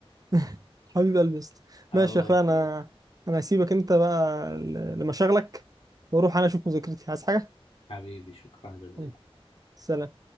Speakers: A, on the right (about 35°); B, on the left (about 65°).
A: <laughs> حبيب قلبي يا اسطى
B: الله
A: ماشي يا اخويا
B: يخليك
A: انا انا هسيبك انت بقى ل- لمشاغلك واروح انا اشوف مذاكرتي عايز حاجه
B: حبيبي شكرا جزيلا
A: مم. سلام